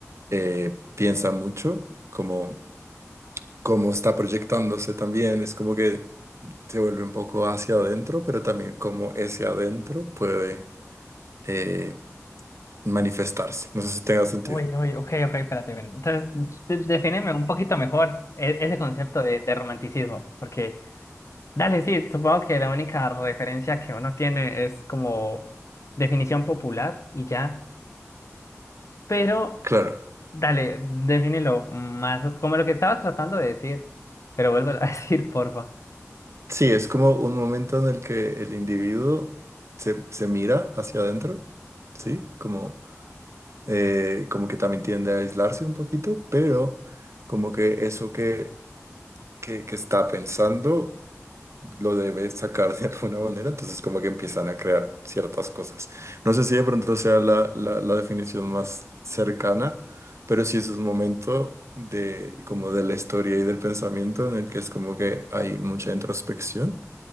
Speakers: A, on the right (about 60°); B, on the left (about 65°).
A: eh, piensa mucho, como, como está proyectándose también, es como que se vuelve un poco hacia adentro, pero también como ese adentro puede... eh, manifestarse. No sé si tenga sentido.
B: Uy, uy, ok, ok, espérate. espérate. Entonces, de- defíneme un poquito mejor e- ese concepto de, de romanticismo, porque, dale, sí, supongo que la única referencia que uno tiene es como definición popular y ya, pero,
A: Claro.
B: dale, defínelo más como lo que estaba tratando de decir, pero vuélvelo <laughs> a decir, porfa.
A: Sí, es como un momento en el que el individuo se, se mira hacia adentro, ¿sí? Como, eh, como que también tiende a aislarse un poquito, pero como que eso que, que, que está pensando lo debe sacar de alguna manera, entonces como que empiezan a crear ciertas cosas. No sé si de pronto sea la, la, la definición más cercana, pero sí es un momento de como de la historia y del pensamiento en el que es como que hay mucha introspección.